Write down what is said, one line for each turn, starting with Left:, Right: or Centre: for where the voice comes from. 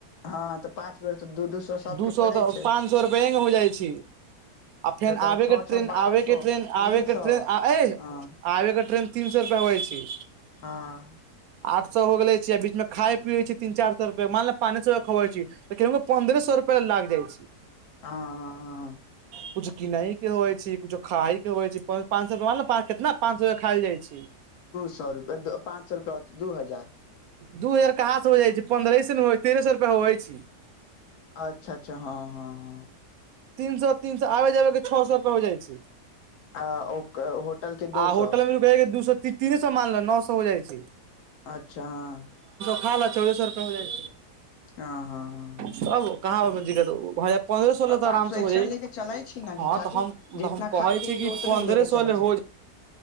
Left: हँ तऽ पाँच बेर तऽ दू सए सबके
Right: दू
Left: पड़ै
Right: सौ तऽ
Left: छै
Right: पाँच सए रुपया इंगेने हो जाइ छै आ फेन
Left: छओ
Right: आबे
Left: छओ
Right: के ट्रेन
Left: छओ बारह
Right: आबे
Left: सए
Right: के ट्रेन
Left: तीन
Right: आबे के
Left: सए
Right: ट्रेन आ एह
Left: हँ
Right: आबे के ट्रेन तीन सै रुपैया होइ छी
Left: हं
Right: आठ सौ हो गेले छै आ बीच मे खाय पियै छि तीन चार सौ रुपया मानल पान सए खबइ छि त केंहू ग पन्द्रे सौ रुपया लाग जाइ छै
Left: हँहँ हँ
Right: कुछ किनै के होइ छै कुछ खााय के होइ छै पां पाँच सए मानल केितना पाँच खाएल जाइ छै
Left: सौ रुपया पाँच सौ रुपया अ दू हजार
Right: दू हजार कहाँ से हो जाइ छै पंन्द्रह स ने हो छै तेरह सए रुपया होइ छै
Left: अच्छा अच्छा हँ हँ हँ
Right: तीन सौ तीन सौ आबै जाबैके छ सौ रुपया हो जाइ छै
Left: आ ओ होटल के दू
Right: आ
Left: सए
Right: होटल में रुकय के दू सौ तीने सौ मानल'नौ सौ हो जाइ छै
Left: अच्छा हँ
Right: हाल ला चौदह सौ रुपया हो जाइ
Left: हँ हँ हँ
Right: तब <unintelligible>
Left: आ
Right: तऽ
Left: पाँच
Right: आराम
Left: सै
Right: से
Left: एक्स्ट्रा
Right: हो जाइ
Left: ले के चलै छी न
Right: हँ
Left: खाली
Right: तऽ हम
Left: जितना
Right: तऽ हम कहै
Left: खाइ पियेगी
Right: छी कि
Left: उतना
Right: पन्द्रह
Left: ले के
Right: सए
Left: चले छै
Right: हो